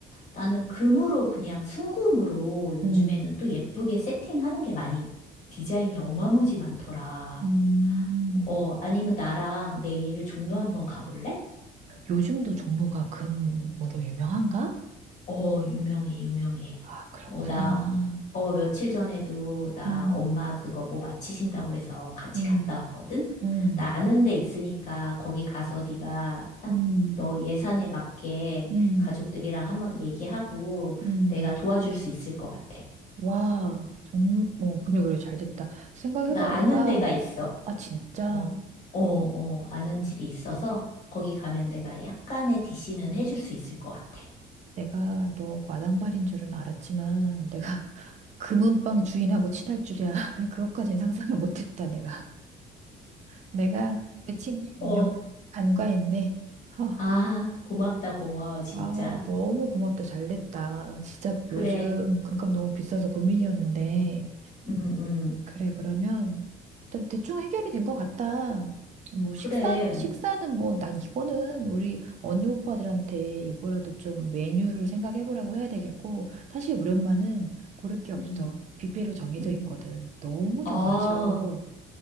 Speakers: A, on the left (about 45°); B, on the right (about 45°).
A: 나는 금으로 그냥 순금으로 요즘에는
B: 음,
A: 또 예쁘게 세팅하는 게 많이 디자인이 어마무지 많더라.
B: 음.
A: 어, 아니면 나랑 내일 종로 한번 가볼래?
B: 요즘도 종로가 금으로 유명한가?
A: 어, 유명해, 유명해.
B: 아, 그렇구나.
A: 어, 나, 어, 며칠 전에도 나
B: 음,
A: 엄마 그거 뭐 마치신다고 그래서 같이
B: 음,
A: 갔다 왔거든?
B: 음,
A: 나 아는 데 있으니까 거기 가서 네가 딱
B: 음,
A: 너 예산에 맞게
B: 음,
A: 가족들이랑 한번 얘기하고
B: 음.
A: 내가 도와줄 수 있을 것 같아.
B: 와, 종, 어, 그래, 그래, 잘 됐다. 생각해보니까,
A: 나 아는 데가 있어.
B: 아, 진짜,
A: 어, 어, 어, 아는 집이 있어서 거기 가면 내가 약간의 DC는 해줄 수 있을 것 같아.
B: 내가 너 마당발인 줄은 알았지만, 내가 <laughs> 금은방 주인하고 친할 줄이야. <laughs> 내가 그것까진 상상을 못했다, 내가. 내가 내 친구의 능력을
A: 어,
B: 간과했네. <laughs>
A: 아, 고맙다, 고마워, 진짜.
B: 아, 너무 고맙다. 잘 됐다. 진짜
A: 그래,
B: 요즘 금값 너무 비싸서 고민이었는데.
A: 음, 음,
B: 그래, 그러면 일단 대충 해결이 된 것 같다. 뭐
A: 그래,
B: 식사, 식사는 뭐 난 이거는 우리 언니 오빠들한테 이거라도 좀 메뉴를 생각해보라고 해야 되겠고. 사실 우리 엄마는 고를 게 없어.
A: 음,
B: 뷔페로 정해져
A: 음.
B: 있거든. 너무
A: 아,
B: 좋아하셔.